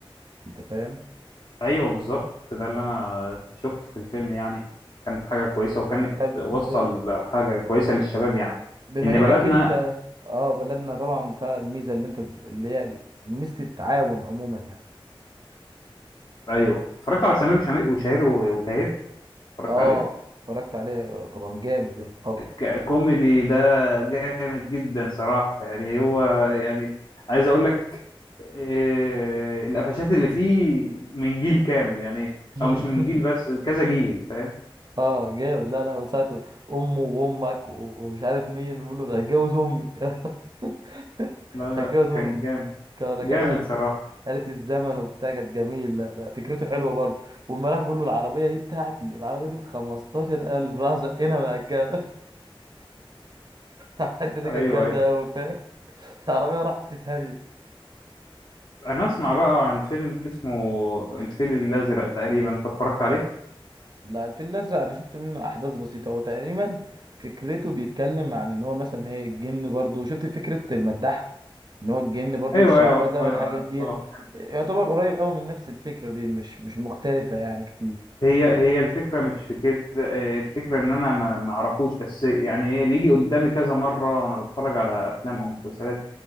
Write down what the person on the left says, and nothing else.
ايوه بالظبط ده اللي انا شفته في الفيلم يعني كانت حاجة كويسة وكانت
وصل
حاجة كويسة للشباب يعني
ان
بلدنا
ايوه اتفرجت على سمير وشمير- وشهير وبهير اتفرجت
عليه
ك- كوميدي ده جامد جدا صراحة يعني هو يعني عايز اقول لك إيه، القفشات اللي فيه من جيل كامل يعني
او مش من جيل بس كذا جيل فاهم
لا
لا كان
جامد
جامد
صراحة
ايوه
ايوه
انا اسمع بقى عن فيلم اسمه الفيل الازرق تقريبا انت اتفرجت عليه
ايوه
ايوه ايوه,
أيوة.
هي هي الفكرة مش في كده آه، الفكرة إن أنا ما ما أعرفوش بس يعني إيه بيجي قدامي كذا مرة وأنا بتفرج على أفلام أو مسلسلات